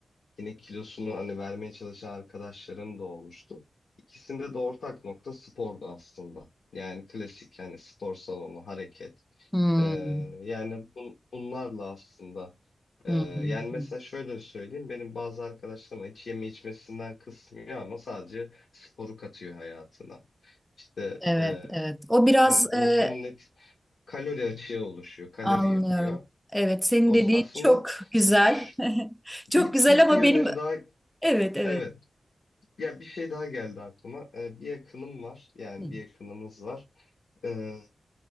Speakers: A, on the left (about 85°); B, in the centre.
A: yine kilosunu hani vermeye çalışan arkadaşlarım da olmuştu. İkisinde de ortak nokta spordu aslında. Yani klasik yani spor salonu, hareket.
B: Hmm.
A: E, yani bun- bunlarla aslında ee,
B: Hı
A: yani
B: hı.
A: mesela
B: hı.
A: şöyle söyleyeyim. Benim bazı arkadaşlarım hiç yeme içmesinden kısmıyor ama sadece sporu katıyor hayatına. İşte
B: Evet,
A: e,
B: evet. O biraz
A: hani onu,
B: e,
A: onun net kalori açığı oluşuyor. Kalori
B: anlıyorum.
A: yakıyor.
B: Evet, senin
A: O
B: dediğin
A: s- aslında
B: çok güzel.
A: ş-
B: <laughs>
A: bir,
B: Çok güzel
A: bir,
B: ama
A: bir
B: benim
A: öneri daha
B: evet, evet.
A: evet. Ya bir şey daha geldi aklıma. Ee, bir yakınım var. Yani
B: Hı
A: bir yakınımız var. Ee,